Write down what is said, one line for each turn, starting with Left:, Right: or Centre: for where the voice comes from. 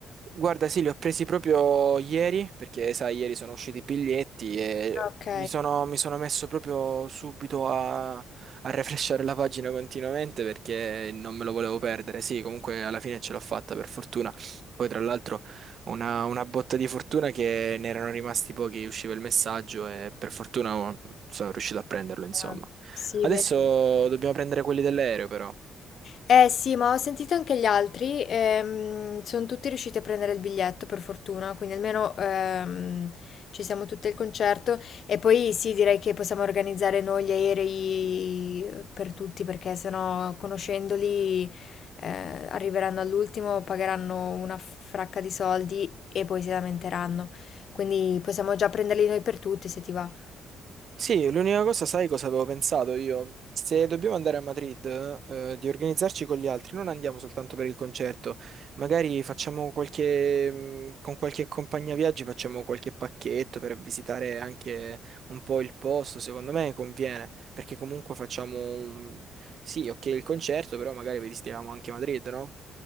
Right: Guarda, sì, li ho presi proprio ieri, perché sai, ieri sono usciti i biglietti e
Left: Ok.
Right: mi sono, mi sono messo proprio subito a, a refreshare la pagina continuamente perché non me lo volevo perdere. Sì, comunque alla fine ce l'ho fatta, per fortuna. Poi, tra l'altro, una, una botta di fortuna che ne erano rimasti pochi, usciva il messaggio e per fortuna oh, sono riuscito a prenderlo, insomma.
Left: Ah, Sì,
Right: Adesso
Left: bene.
Right: dobbiamo prendere quelli dell'aereo, però.
Left: Eh sì, ma ho sentito anche gli altri, sono tutti riusciti a prendere il biglietto per fortuna, quindi almeno ehm, ci siamo tutti al concerto e poi sì, direi che possiamo organizzare noi gli aerei eh, per tutti perché sennò conoscendoli eh, arriveranno all'ultimo, pagheranno una fracca di soldi e poi si lamenteranno. Quindi possiamo già prenderli noi per tutti se ti va.
Right: Sì, l'unica cosa, sai cosa avevo pensato io? Se dobbiamo andare a Madrid, eh, di organizzarci con gli altri, non andiamo soltanto per il concerto, magari facciamo qualche, mh, con qualche compagnia viaggi facciamo qualche pacchetto per visitare anche un po' il posto, secondo me conviene, perché comunque facciamo un... Sì, ok, il concerto, però magari visitiamo anche Madrid, no?